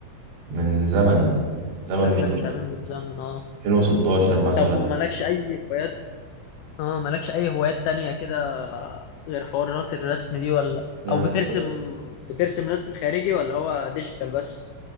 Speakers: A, on the right (about 70°); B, on the left (about 90°).
A: من زمن
B: مهم.
A: زمن
B: شكلك
A: من
B: بتعمله من زمن اه
A: 2016 مثلا
B: طب ومالكش اي هوايات اه مالكش اي هوايات تانية كده غير حوارات الرسم دي ولا
A: يعني
B: او بترسم بترسم رسم خارجي ولا هو ديجيتال بس